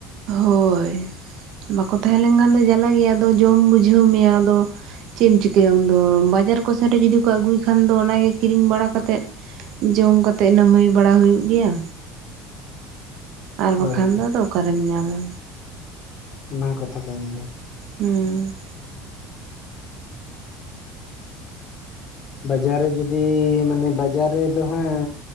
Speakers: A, on the right; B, on the left.
A: ᱦᱳᱭ ᱵᱟᱠᱚ ᱛᱟᱦᱮᱸ ᱞᱮᱱᱠᱷᱟᱱ ᱫᱚ ᱡᱟᱞᱟ ᱜᱮᱭᱟ ᱟᱫᱚ ᱡᱚᱢ ᱵᱩᱡᱷᱟᱹᱣ ᱢᱮᱭᱟ ᱟᱫᱚ, ᱪᱮᱫ ᱮᱢ ᱪᱤᱠᱟᱹᱭᱟ ᱩᱱᱫᱚ ᱵᱟᱡᱟᱨ ᱠᱚᱥᱮᱱ ᱨᱮ ᱡᱚᱫᱤ ᱠᱚ ᱟᱹᱜᱩᱭ ᱠᱷᱟᱱ ᱫᱚ ᱚᱱᱟᱜᱮ ᱠᱤᱨᱤᱧ ᱵᱟᱲᱟ ᱠᱟᱛᱮᱫ ᱡᱚᱢ ᱠᱟᱛᱮᱜ ᱱᱟᱢᱟᱹᱭ ᱵᱟᱲᱟ ᱦᱩᱭᱩᱜ ᱜᱮᱭᱟ᱾ ᱟᱨ
B: ᱦᱳᱭ
A: ᱵᱟᱠᱷᱟᱱ ᱫᱚ ᱟᱫᱚ ᱚᱠᱟᱨᱮᱢ ᱧᱟᱢᱟ᱾
B: ᱚᱱᱟ ᱦᱚᱸ ᱠᱟᱛᱷᱟ ᱠᱟᱱ ᱜᱮᱭᱟ
A: ᱦᱩᱸ
B: ᱵᱟᱡᱟᱨ ᱨᱮ ᱡᱩᱫᱤ ᱢᱟᱱᱮ ᱵᱟᱡᱟᱨ ᱨᱮᱫᱚ ᱦᱮᱸ